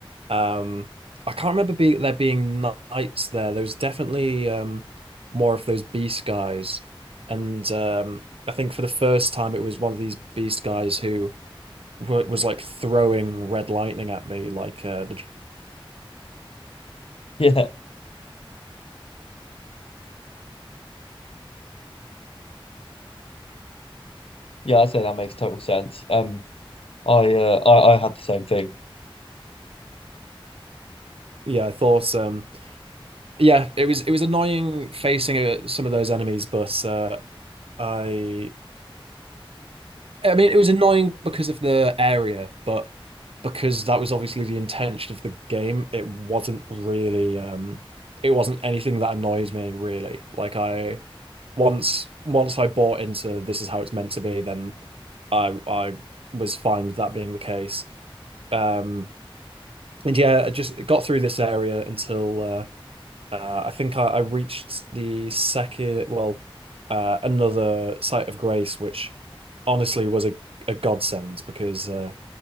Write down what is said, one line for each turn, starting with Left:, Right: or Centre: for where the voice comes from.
Right: Um, I can't remember be there being knights there. There was definitely um, more of those beast guys, and um, I think for the first time it was one of these beast guys who w was like throwing red lightning at me. Like, uh, the,
Left: Yeah, yeah, I'd say that makes total sense. Um, I uh I, I had the same thing.
Right: yeah, I thought, um, yeah, it was it was annoying facing uh, some of those enemies, but uh, I I mean, it was annoying because of the area, but because that was obviously the intention of the game, it wasn't really um it wasn't anything that annoys me really. Like I once once I bought into this is how it's meant to be, then I I was fine with that being the case. Um and yeah, I just got through this area until uh uh, I think I, I reached the second, well, uh, another site of grace, which honestly was a, a godsend because uh,